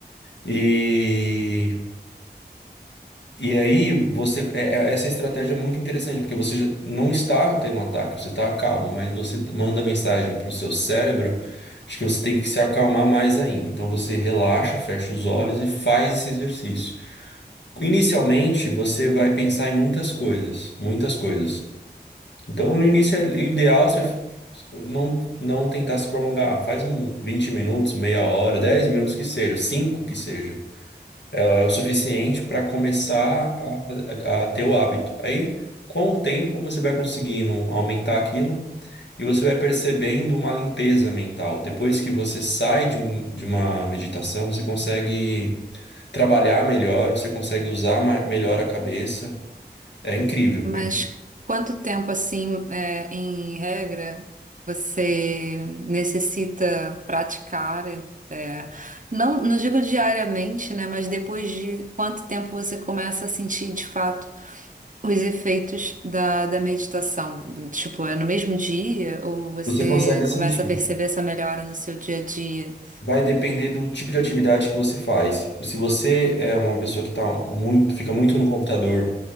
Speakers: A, on the left; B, on the right.
A: E, e aí você, é- é- essa estratégia é muito interessante, porque você já não está tendo um ataque, você está calmo, mas você manda mensagem para o seu cérebro, acho que você tem que se acalmar mais ainda. Então você relaxa, fecha os olhos e faz esse exercício. Inicialmente, você vai pensar em muitas coisas, muitas coisas. Então, no início é ideal você não, não tentar se prolongar. Faz um 20 minutos, meia hora, 10 minutos que seja, 5 que seja. É, é o suficiente para começar a, a- a ter o hábito. Aí, com o tempo, você vai conseguindo aumentar aquilo e você vai percebendo uma limpeza mental. Depois que você sai de, um- de uma meditação, você consegue trabalhar melhor, você consegue usar ma- melhor a cabeça. É incrível,
B: Mas
A: hein?
B: quanto tempo, assim, é, em regra, você necessita praticar? é, não, não digo diariamente, né? Mas depois de quanto tempo você começa a sentir, de fato, os efeitos da, da meditação? Tipo, é no mesmo dia ou você
A: Você consegue sentir.
B: começa a perceber essa melhora no seu dia a dia?
A: Vai depender do tipo de atividade que você faz. Se você é uma pessoa que tá muito, fica muito no computador,